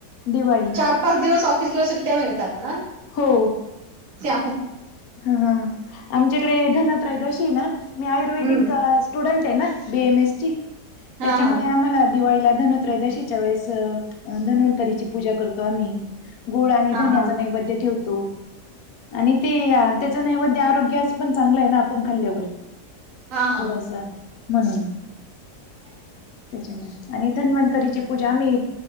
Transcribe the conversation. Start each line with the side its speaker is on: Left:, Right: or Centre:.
Left: दिवाळी
Right: चार पाच दिवस िसल्या सुट्ट्या मिळतात ना
Left: हो
Right: त्या
Left: हा हा आमच्याकडे धनत्रयद अशी ना मी आयुर्वेदिक
Right: हम्म
Left: स्टुडन्ट आहे ना बीएमएस ची
Right: हा
Left: त्याच्यामुळे
Right: हा
Left: आम्हाला दिवाळीला धन त्रयोदशीच्या वेळेस धन्वंतरीची पूजा करतो आम्ही गुळ आणि
Right: हा
Left: धन्याच
Right: हा
Left: नैवेद्य ठेवतो आणि ते ते या त्याचा नैवेद्य आरोग्यास पण चांगलं आहे ना आपण खाल्ल्यावर
Right: हा हा
Left: थोडासा म्हणून
Right: <unintelligible>
Left: त्याच्यामुळे आणि धन्वंतरीची पूजा आम्ही